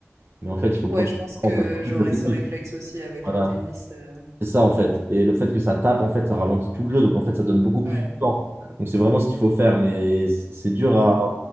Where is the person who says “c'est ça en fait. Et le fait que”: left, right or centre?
Right